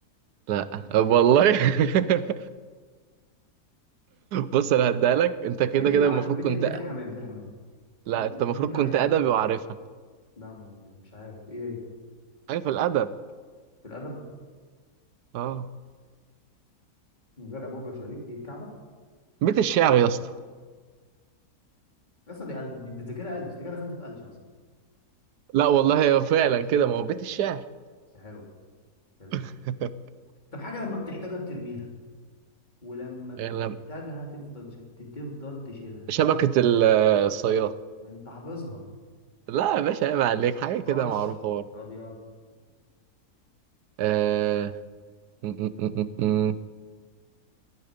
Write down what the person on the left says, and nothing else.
بيت العن
بيت
بيت الحمام بيت الحمام
بيت,
النع-
بيت النعام
لا مش عارف ايه هي
في الادب
من غير ابواب ولا شبابيك ايه الكعبه
اصلا دي ألف دي- ده كده ألف انت كده دخلت في ألف اصلا
بس حلو حلو
طب حاجه لما بتحتاجها بترميها ولما بتحتاجها
تفضل شت... تفضل تشيلها
يعني انت حافظها
خش
ابيض